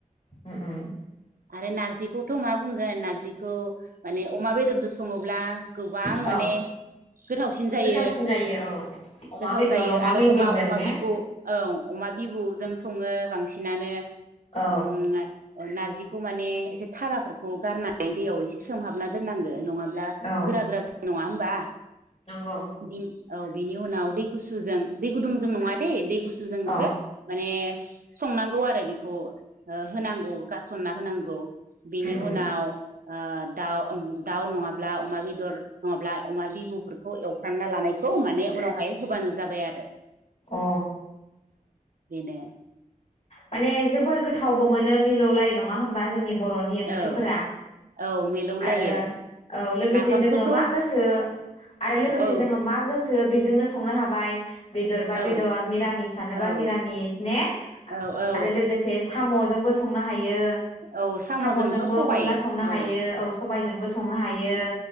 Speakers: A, on the left; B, on the right.
A: उम उम
B: आरो नारजिखौ थ मा बुंगोन नान बिखौ माने अमा बेदरदोसो संङोब्ला गोबां
A: औ
B: माने गोथावसिन जायो
A: गोथावसिन जायो औ अमा
B: गोथाव
A: बेदर
B: जायो आरो
A: मेजेमजों
B: अमा अ अमा
A: ने
B: बिबु औ अमा बिबु जोंसो सङो बांसिनानो
A: औ
B: उम नारजिखौ माने एसे थाराफोरखौ गारनानै दैयाव एसे सोमहाबना दोननांगो नङाब्ला
A: औ
B: गोरा गोरा जानाय नङा बा
A: नंगौ
B: बिन औ बिनि उनाव दै गुसुजों दै गुदुं जों नङा दे दैु गुस गुसुजोंसो
A: औ अ
B: माने संनांगौ आरो बेखौ होनांगौ गारसनना होनां गौ बिनि
A: उम उम
B: उनाव ओ दाउ ओम दाउ नङाब्ला अमा बेदर नङाब्ला अमा बिबुफोरखौ एवफ्रामना लानायखौ माने उनावहाय होबानो जाबाय आरो
A: अ
B: बिनो
A: माने जोबोर गोथावबो मोनो मिलौलायो नङा होमबा जोंनि बर'नि ओंख्रिफोरा
B: औ औ मिलौलायो
A: आरो औ लोगोसे
B: नाफामखौथ'
A: जोङो
B: औ
A: मा गोसो आरो लोगोसे
B: औ
A: जोङो मा गोसो खो बेजोंनो संनो हाबाय बेदरबा
B: औ
A: बेदर मिरामिस जानोबा
B: औ
A: मिरामिस ने
B: औ औ
A: आरो लोगोसे साम'जोंबो संनो हाय यो
B: औ साम'जोंथ'
A: साम'जोंबो
B: सबाय
A: अनला संनो हायो
B: औ
A: औ सबाइजोंबो संनो हायो